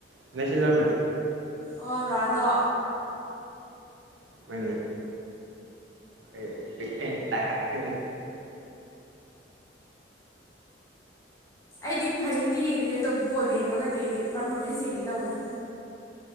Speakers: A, on the right; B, on the left.
A: ꯅꯩꯁꯤꯜꯂꯝꯃꯦ
B: ꯑꯣ ꯔꯣꯑꯟꯗꯣ
A: ꯍꯣꯢꯅꯦ ꯑꯩ ꯕꯤꯠꯇꯦꯟꯅꯦ ꯗꯥꯏ ꯍꯥꯠ ꯐꯦꯟꯅꯤ
B: ꯑꯩꯗꯤ ꯐꯥꯏꯅꯦꯜꯗꯤ ꯌꯦꯡꯗꯣꯏꯅꯦ ꯑꯗꯣ ꯕꯣꯜ ꯌꯦꯡꯗꯧ ꯅꯠꯇꯦ ꯑꯩꯗꯤ ꯄꯥꯔꯐꯣꯔꯃꯦꯟꯁ ꯌꯦꯡꯒꯦ ꯇꯧꯕꯅꯤ